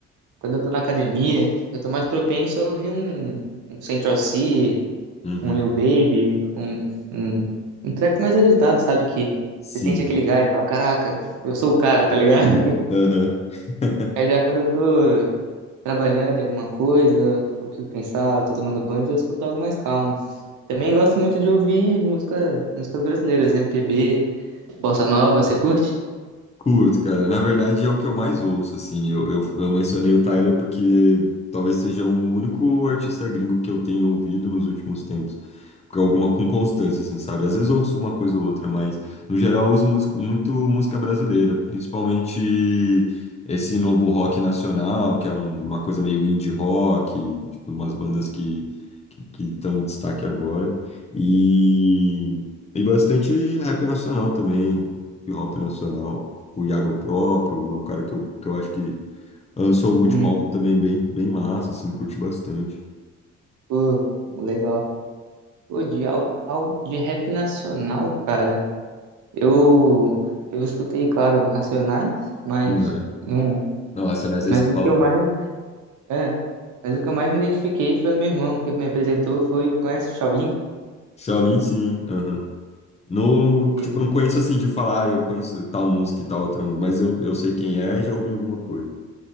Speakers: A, on the right; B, on the left.
A: quando eu tô na academia, eu tô mais propenso a ouvir um, um Central C,
B: Uhum.
A: um Lil Baby, um, um, um trap mais agitado, sabe? Que
B: Sim.
A: você sente aquele gás, e fala, caraca, eu sou o cara, tá ligado?
B: Aham. <laughs>
A: <laughs> Aí já quando eu tô trabalhando em alguma coisa, eu preciso pensar, eu tô tomando banho, eu já escuto algo mais calmo. Também gosto muito de ouvir música, músicas brasileiras, MPB, bossa nova, você curte?
B: Curto, cara. Na verdade, é o que eu mais ouço, assim. Eu, eu, eu mencionei o Tyler porque talvez seja o único artista gringo que eu tenho ouvido nos últimos tempos. Com alguma, com constância, assim, sabe? Às vezes eu ouço uma coisa ou outra, mas no geral eu ouço música, muito música brasileira, principalmente esse novo rock nacional, que é um- uma coisa meio indie rock, tipo, umas bandas que que que estão em destaque agora. E, e bastante rap nacional também, hip hop nacional o Iago próprio, é um cara que eu, que eu acho que lançou o último
A: Hum,
B: álbum também bem, bem massa, assim, curti bastante.
A: pô, legal. Pô, de, al, al- de rap nacional, cara, eu, eu escutei, claro, Racionais, mas
B: Uhum.
A: não...
B: Não, Racionais é
A: Mas
B: escola.
A: o que eu
B: né?
A: mais É, mas o que eu mais me identifiquei foi o meu irmão que me apresentou, foi o conhece o Shaolin?
B: Shaolin, sim, aham. Não, tipo,
A: Esse,
B: eu não conheço assim de falar, ah, eu conheço tal música e tal outra música, mas eu, eu sei quem é e já ouvi alguma coisa.